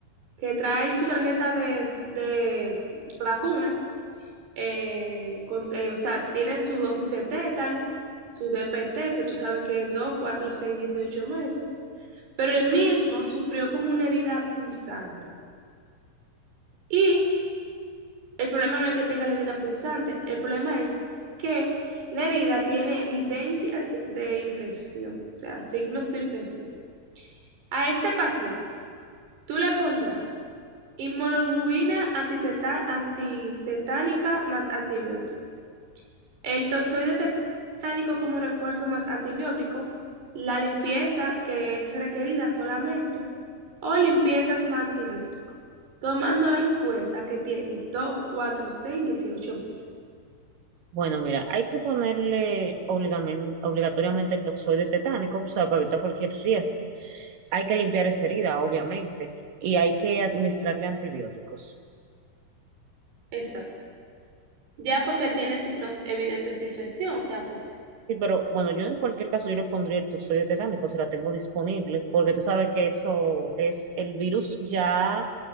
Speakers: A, on the right; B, on the right.
A: que trae su tarjeta de, de vacuna eh, con- eh, o sea, tiene su dosis de tétano, su DPT, que tú sabes que es 2, 4, 6, 18 meses, pero él mismo sufrió como una herida punzante. Y el problema no es que tenga la herida punzante, el problema es que la herida tiene evidencias de infección, o sea, signos de infección. A este paciente, tú le pondrás inmunoglobulina antiteta- antitetánica más antibiótico. El tozoide tetánico como refuerzo más antibiótico, la limpieza que es requerida solamente, o limpiezas más antibiótico, tomando en cuenta que tiene 2 4 6 18 meses.
B: Bueno, mira, hay que ponerle obligamen- obligatoriamente el toxoide tetánico, o sea, para evitar cualquier riesgo. Hay que limpiar esa herida, obviamente, y hay que administrarle antibióticos.
A: Exacto. Ya porque él tiene signos evidentes de infección, o sea que sí.
B: Sí, pero bueno, yo en cualquier caso yo le pondría el toxoide tetánico si la tengo disponible, porque tú sabes que eso es el virus ya